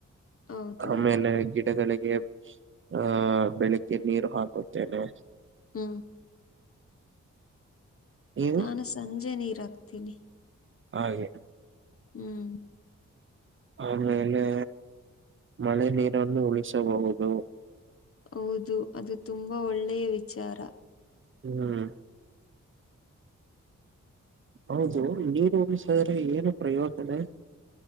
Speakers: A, on the left (about 50°); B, on the right (about 45°).
A: ಹೌದೌದು
B: ಆಮೇಲೆ ಗಿಡಗಳಿಗೆ ಆಹ ಬೆಳಿಗ್ಗೆ ನೀರು ಹಾಕುತ್ತೇನೆ
A: ಹ್ಮ್
B: ನೀವು
A: ನಾನು ಸಂಜೆ ನೀರ ಹಾಕ್ತೀನಿ
B: ಹಾಗೆ
A: ಹ್ಮ್
B: ಆಮೇಲೆ ಮಳೆ ನೀರನ್ನು ಉಳಿಸಬಹುದು
A: ಹೌದು ಅದು ತುಂಬಾ ಒಳ್ಳೆಯ ವಿಚಾರ
B: ಹ್ಮ್ ಹೌದು ನೀನು ಉಡಿಸಿದ್ರೆ ಏನು ಪ್ರಯೋಜನ